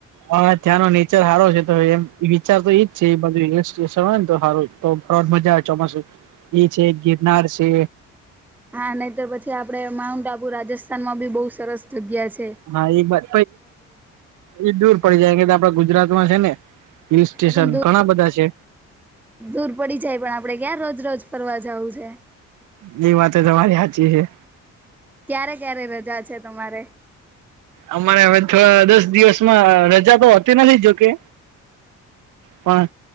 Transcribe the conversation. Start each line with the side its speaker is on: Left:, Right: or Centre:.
Right: હ ત્યાંનો નેચર સારો છે તો એમ વિચાર તો એજ છે રેલવે સ્ટેશન હોય તો હારું તો ફર મજા આવે ચોમાસું એ છે ગિરનાર છે
Centre: હા નહી તર પછી આપડે માઉન્ટ આબુ રાજસ્થાનમાં બી બહુ સરસ જગ્યા છ
Right: હા એ વાત એ દૂર પડી જાય કે આપડા ગુજરાત માં છે ને હિલ સ્ટેશન
Centre: પણ દૂર
Right: ઘણા બધા છે.
Centre: દૂર પડી જાય પણ આપડે ક્યાં રોજ રોજ ફરવા જાવું છે.
Right: એની વાતો તમારી હાચી હે.
Centre: ક્યારે ક્યારે રજા છે તમારે?
Right: અમારે હવે તો દસ દિવસમાં રજા તો હોતી નથી જોકે. પણ